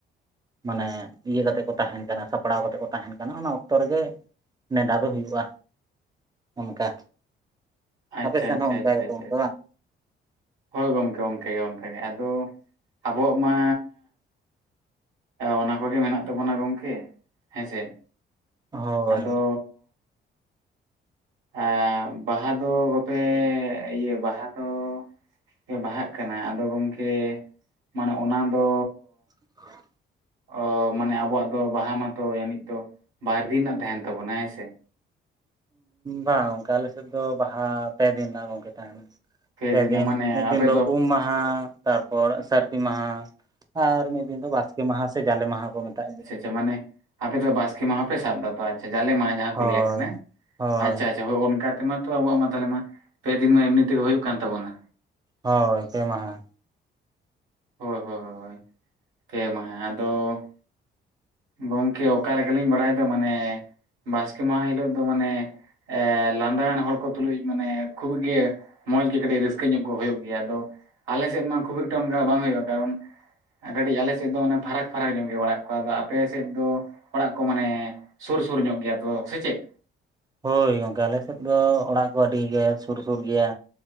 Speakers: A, on the right (about 20°); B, on the right (about 80°).
A: ᱢᱟᱱᱮ ᱤᱭᱟᱹ ᱠᱟᱛᱮ ᱠᱚ ᱛᱟᱦᱮᱸᱱ ᱠᱟᱱᱟ᱾ ᱥᱟᱯᱲᱟᱣ ᱠᱟᱛᱮ ᱠᱚ ᱛᱟᱦᱮᱱ ᱠᱟᱱᱟ᱾ ᱚᱱᱟ ᱚᱠᱛᱚ ᱨᱮᱜᱮ ᱱᱮᱰᱟ ᱫᱚ ᱦᱩᱭᱩᱜᱼᱟ ᱚᱱᱠᱟ,
B: ᱟᱪᱪᱷᱟ
A: ᱟᱯᱮ ᱥᱮᱱ
B: ᱟᱪᱪᱷᱟ
A: ᱦᱚᱸ ᱚᱱᱠᱟ
B: ᱟᱪᱪᱷᱟ
A: ᱜᱮᱛᱚ
B: ᱟᱪᱪᱷᱟ
A: ᱫᱚ ᱵᱟᱝ?
B: ᱦᱳᱭ ᱜᱚᱝᱠᱮ ᱚᱱᱠᱟ ᱜᱮ ᱚᱱᱠᱟ ᱜᱮ ᱟᱫᱚ ᱟᱵᱚᱣᱟᱜ ᱢᱟ ᱚᱱᱟ ᱠᱚᱜᱮ ᱢᱮᱱᱟᱜ ᱛᱟᱵᱚᱱᱟ ᱜᱚᱝᱠᱮ ᱦᱮᱸᱥᱮ᱾
A: ᱦᱳᱭ
B: ᱟᱫᱚ ᱮ ᱵᱟᱦᱟ ᱫᱚ ᱵᱟᱯᱮ ᱤᱭᱟᱹ ᱵᱟᱦᱟ ᱫᱚ ᱯᱮ ᱵᱟᱦᱟᱜ ᱠᱟᱱᱟ ᱟᱫᱚ ᱜᱚᱝᱠᱮ ᱢᱟᱱᱮ ᱚᱱᱟ ᱫᱚ
A: <unintelligible>
B: ᱚ ᱢᱟᱱᱮ ᱟᱵᱚᱣᱟᱜ ᱫᱚ ᱵᱟᱦᱟ ᱢᱟᱛᱚ ᱡᱟᱱᱤᱡ ᱛᱚ ᱵᱟᱨ ᱫᱤᱱ ᱨᱮᱱᱟᱜ ᱛᱟᱦᱮᱸᱱ ᱛᱟᱵᱚᱱᱟ ᱦᱮᱸ ᱥᱮ?
A: ᱵᱟᱝ ᱜᱚᱝᱠᱮ ᱟᱞᱮᱥᱮᱫ ᱫᱚ ᱵᱟᱦᱟ ᱯᱮ ᱫᱤᱱ ᱨᱮᱱᱟᱜ ᱜᱚᱝᱠᱮ ᱛᱟᱦᱮᱸᱱᱟ᱾
B: ᱯᱮ
A: ᱯᱮᱫᱤᱱ
B: ᱫᱤᱱ ᱨᱮᱱᱟᱜ ᱢᱟᱱᱮ
A: ᱢᱤᱫ
B: ᱟᱯᱮ
A: ᱫᱤᱱ ᱫᱚ ᱩᱢ ᱢᱟᱦᱟ ᱛᱟᱨᱯᱚᱨ ᱥᱟᱹᱨᱫᱤ ᱢᱟᱦᱟ ᱟᱨ ᱢᱤᱫ ᱫᱤᱱ ᱫᱚ ᱵᱟᱥᱠᱮ ᱢᱟᱦᱟ ᱥᱮ ᱡᱟᱞᱮ ᱢᱟᱦᱟ ᱠᱚ ᱢᱮᱛᱟᱜ ᱜᱮᱭᱟ᱾
B: ᱪᱮ ᱢᱟᱱᱮ ᱟᱯᱮᱫᱚ ᱵᱟᱥᱠᱮ ᱢᱟᱦᱟ ᱯᱮ ᱥᱟᱵ ᱠᱟᱫᱟ᱾ ᱛᱚ ᱟᱪᱪᱷᱟ ᱡᱟᱞᱮ ᱢᱟᱦᱟ ᱡᱟᱦᱟᱸ
A: ᱦᱳᱭ
B: ᱠᱚ ᱞᱟᱹᱭᱟᱜ ᱠᱟᱱᱟ᱾
A: ᱦᱳᱭ
B: ᱟᱪᱪᱷᱟ ᱟᱪᱪᱷᱟ ᱦᱳᱭ ᱚᱱᱠᱟ ᱛᱮᱢᱟ ᱛᱚ ᱟᱵᱚᱣᱟᱜ ᱢᱟ ᱛᱟᱦᱚᱞᱮ ᱢᱟ ᱯᱮ ᱫᱤᱱ ᱢᱟ ᱮᱢᱱᱤ ᱛᱮᱜᱮ ᱦᱩᱭᱩᱜ ᱠᱟᱱ ᱛᱟᱵᱚᱱᱟ᱾
A: ᱦᱳᱭ ᱯᱮ ᱢᱟᱦᱟ᱾
B: ᱦᱳᱭ ᱦᱳᱭ ᱦᱳᱭ ᱦᱳᱭ ᱯᱮ ᱢᱟᱦᱟ ᱟᱫᱚ ᱜᱚᱢᱠᱮ ᱚᱠᱟ ᱞᱮᱠᱟᱞᱤᱧ ᱵᱟᱲᱟᱭᱫᱟ ᱢᱟᱱᱮ ᱵᱟᱥᱠᱮ ᱢᱟᱦᱟ ᱦᱤᱞᱳᱜ ᱫᱚ ᱢᱟᱱᱮ ᱮ ᱞᱟᱸᱫᱟ ᱟᱱ ᱦᱚᱲ ᱠᱚ ᱛᱩᱞᱩᱡ ᱢᱟᱱᱮ ᱠᱷᱩᱵᱽ ᱜᱮ ᱢᱚᱸᱡᱽ ᱜᱮ ᱠᱟᱹᱴᱤᱡ ᱨᱟᱹᱥᱠᱟᱹ ᱧᱚᱜ ᱠᱚ ᱦᱩᱭᱩᱜ ᱜᱮᱭᱟ᱾ ᱟᱫᱚ ᱟᱞᱮ ᱥᱮᱫ ᱢᱟ ᱠᱷᱩᱵᱽ ᱮᱠᱴᱟ ᱚᱱᱠᱟ ᱵᱟᱝ ᱦᱩᱭᱩᱜᱼᱟ ᱠᱟᱨᱚᱱ ᱠᱟᱹᱴᱤᱡ ᱟᱞᱮ ᱥᱮᱫ ᱫᱚ ᱢᱟᱱᱮ ᱯᱷᱟᱨᱟᱠ ᱯᱷᱟᱨᱟᱠ ᱧᱚᱜ ᱜᱮ ᱚᱲᱟᱜ ᱠᱚ ᱟᱫᱚ ᱟᱯᱮ ᱥᱮᱫ ᱫᱚ ᱚᱲᱟᱜ ᱠᱚ ᱢᱟᱱᱮ ᱥᱩᱨ ᱥᱩᱨ ᱧᱚᱜ ᱜᱮᱭᱟ ᱛᱚ ᱥᱮ ᱪᱮᱫ?
A: ᱦᱳᱭ ᱜᱚᱝᱠᱮ ᱟᱞᱮᱥᱮᱫ ᱫᱚ ᱚᱲᱟᱜ ᱠᱚ ᱟᱹᱰᱤ ᱜᱮ ᱥᱩᱨ ᱥᱩᱨ ᱜᱮᱭᱟ᱾